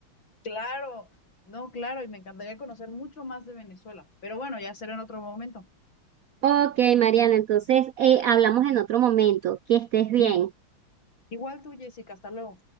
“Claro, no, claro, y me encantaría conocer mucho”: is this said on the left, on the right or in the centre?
Left